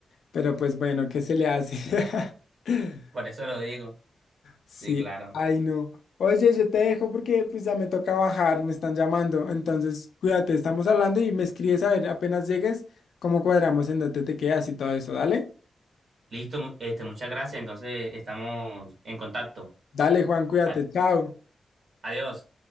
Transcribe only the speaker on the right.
Por eso lo digo.
Sí, claro.
Listo, mu- este, muchas gracias. Entonces estamos en contacto.
A-
Adiós.